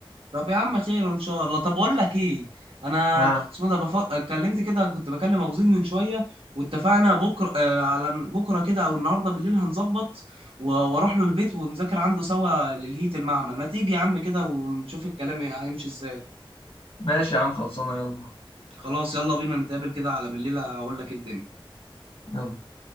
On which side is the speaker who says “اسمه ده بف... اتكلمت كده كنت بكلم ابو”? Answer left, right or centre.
Right